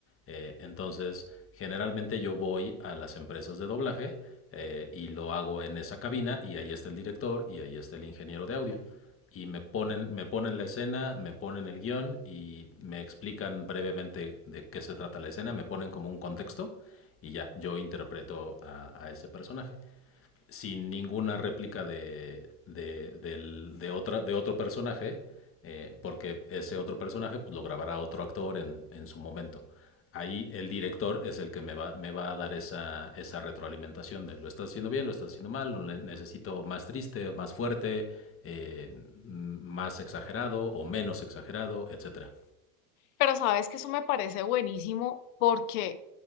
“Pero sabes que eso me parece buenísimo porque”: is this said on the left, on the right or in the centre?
Left